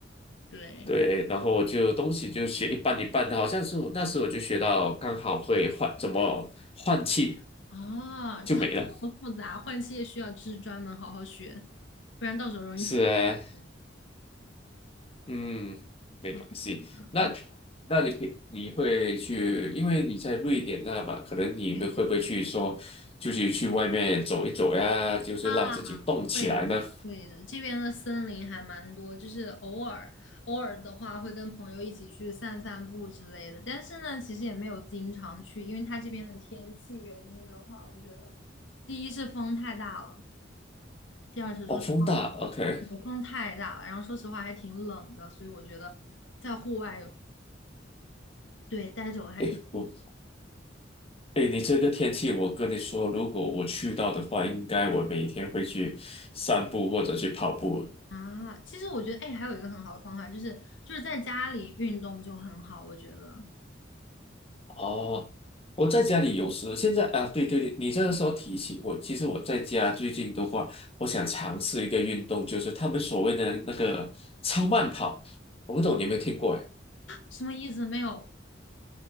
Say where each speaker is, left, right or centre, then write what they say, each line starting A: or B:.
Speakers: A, on the left; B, on the left.
A: 对，
B: 对，然后我就东西就学一半一半的，好像是我那时我就学到刚好会换怎么换气
A: 哦，
B: 就没了。
A: <laughs> 这么复杂，换气也需要就是专门好好学，不然到时候容易翘上去。
B: 是啊，嗯，
A: 天呐，
B: 没关系。那
A: 那
B: 那你平你会去，因为你在瑞典那嘛，可能你们会不会去说，
A: 对。
B: 就是去外面走一走呀，就是让自己动起来呢？
A: 啊，会会的，这边的森林还蛮多，就是偶尔偶尔的话会跟朋友一起去散散步之类的，但是呢，其实也没有经常去，因为它这边的天气原因的话，我觉得第一是风太大了，第二是说实话
B: 哦，风大，OK。
A: 北风太大了，然后说实话还挺冷的，所以我觉得在户外有对待久了还挺
B: 诶，我诶，你这个天气，我跟你说，如果我去到的话，应该我每天会去散步或者去跑步。
A: 啊。其实我觉得哎，还有一个很好的方法就是就是在家里运动就很好，我觉得
B: 哦，我在家里有时现在啊，
A: 对
B: 对对对，你这个时候提起我，其实我在家最近的话，我想尝试一个运动，就是他们所谓的那个超慢跑，我不懂你有没有听过哎？
A: 什么意思没有？